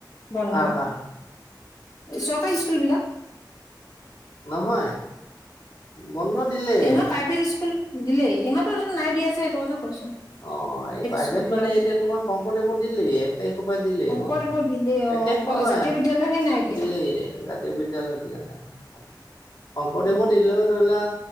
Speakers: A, on the left; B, on the left.
A: বন্ধ?
B: কাৰ কাৰ
A: চৰকাৰী স্কুল বিলাক
B: নহয়। বন্ধ দিলেই
A: ইহঁত প্ৰাইভেট স্কুল দিলে, ইহঁতৰ যে নাই দিয়া জে সেইটো কথা কৈছো।
B: অ। অ এই প্ৰাইভেট
A: স্কুল
B: মানে
A: বিলাক
B: এতিয়া তোমাৰ শংকৰদেৱৰ দিলেই, এক তাৰিখৰ পৰা দিলেই
A: শংকৰদেৱৰ
B: বন্ধ,
A: দিলেই
B: এক তাৰিখ
A: অ
B: নহয়।
A: জাতীয় বিদ্যালয়হে নাই দিয়া
B: দিলেই, জাতীয় বিদ্যয়ালয়ত দিয়া নাই। শংকৰদেৱৰ
A: অ
B: দিলেও ধৰিলোৱা।